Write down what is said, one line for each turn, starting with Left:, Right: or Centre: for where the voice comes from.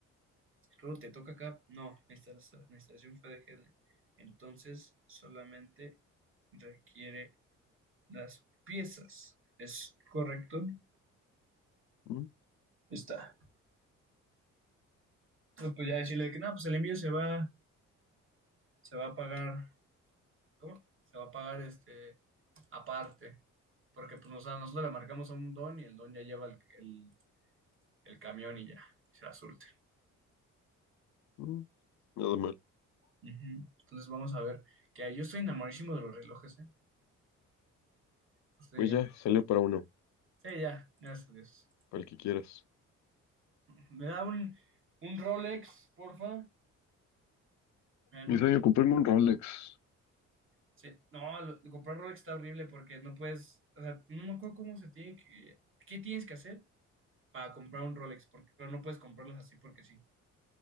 Right: claro, te toca acá, no, la instala- la instalación fue de GDL. Entonces, solamente requiere las piezas. ¿Es correcto?
Left: Mm,
Right: Está. Pues pues, ya decirle que, nada pues el envío se va se va a pagar, ¿cómo? Se va a pagar este aparte, porque pues nos- a nosotros le marcamos a un don y el don ya lleva el, el- el camión y ya, se la surte.
Left: mm, nada mal.
Right: Ujú. Entonces vamos a ver, que yo estoy enamoradísimo de los relojes, ¿eh? Lo Estoy
Left: Pues
Right: viendo.
Left: ya, salió para uno,
Right: Sí, ya, gracias a Dios.
Left: para el que quieras.
Right: ¿Me da un, un Rolex, porfa? ¿Me dan
Left: Mi
Right: un
Left: sueño,
Right: mil?
Left: comprarme un Rolex.
Right: Sí. No, lo- lo- comprar Rolex está horrible porque no puedes, o sea, no me acuerdo cómo se tiene que, ¿qué tienes que hacer para comprar un Rolex? Porque, pero no puedes comprarlos así porque sí.